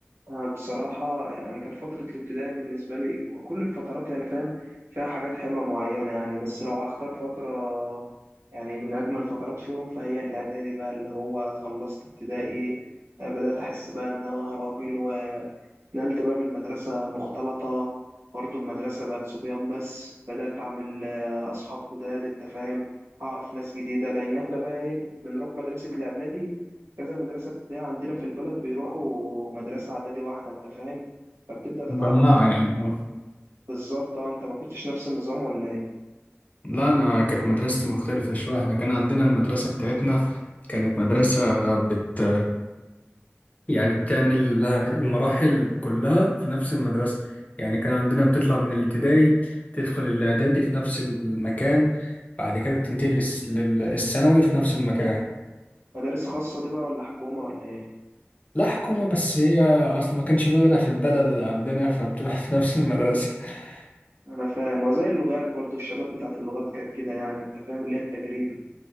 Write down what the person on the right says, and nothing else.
أنا بصراحة يعني كانت فترة الابتدائي بالنسبة لي كل الفترات يعني فاهم فيها حاجات حلوة معينة يعني بس لو هختار فترة يعني من أجمل فترات فيهم فهي الإعدادي بقى اللي هو خلصت ابتدائي آه، بدأت أحس بقى إن أنا راجل نقلت بقى من مدرسة مختلطة برضو المدرسة بقت صبيان بس بدأت أعمل آه، أصحاب جداد أنت فاهم أعرف ناس جديدة لأن إحنا بقى إيه بنروح مدرسة الإعدادي كذا مدرسة ابتدائية عندنا في البلد بيروحوا مدرسة إعدادي واحدة أنت فاهم فبتبدأ تتعرف
بالظبط أه أنت ما كنتش نفس النظام ولا إيه
مدارس خاصة دي بقى ولا حكومة ولا إيه
أنا فاهم وزي اللغات برضو الشباب بتاعت اللغات كانت كده يعني أنت فاهم اللي هي التجريبي